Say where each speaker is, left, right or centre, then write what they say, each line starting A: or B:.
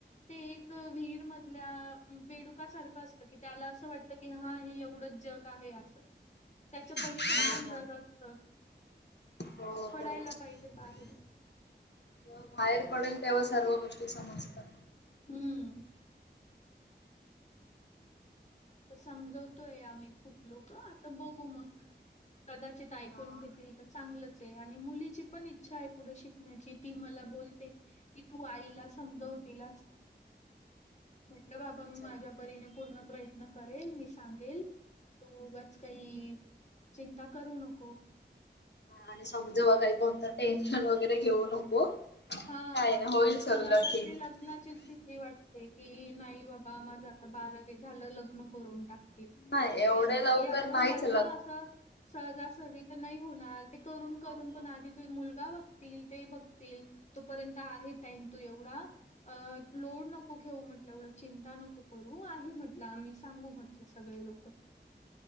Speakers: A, on the left; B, on the left.
A: ते एक विहीर मधल्या बेडुका सारखं असतं की त्याला असं वाटत की हा हे एवढं जग आहे अस त्याच्या पलीकड
B: हो
A: पण जग
B: ना
A: असत
B: हो
A: पडायला
B: ते
A: पाहिजे बाहेर
B: जव्हा बाहेर पडेल तेव्हा सर्व गोष्टी समजतात
A: हम्म तर समजवतोय आम्ही खूप लोक आता बघू मग कदाचित ऐकून
B: हा
A: घेतील तर चांगलंच आहे आणि मुलीची पण इच्छा आहे पुढे शिकण्याची ती मला बोलते की तू आईला समजवतील म्ह
B: अच्छा
A: मी माझ्या
B: हा
A: प पूर् प्रय मी सांगेल तोगच काही चिंता करू नको
B: हा आणि समजेव काही कोणतं टेन्शन वगैरे घेऊ नको
A: हा
B: काय नाही होईल सगळं
A: तिला तर
B: ठीक.
A: ती लग्नाचीच भीती वाटते ही नाही बाबा माझं आता बारावी झालं लग्न करून टाक
B: नाही एवढे
A: तिला बोलली
B: लवकर
A: अग
B: नाहीच
A: लग्न असं सहजासहज तर नाही होणार ते करून
B: नाही
A: करून पण
B: होणार.
A: आधी त मुलगा बघतील ते बघतील तोपर्यंत आहे टाइम तू एवढा अ लोड नको घेऊ म्हटलं एवढं चिंता नको करू आहे म्हटलं आम्ही सांगू म्हटलं सगळं लुक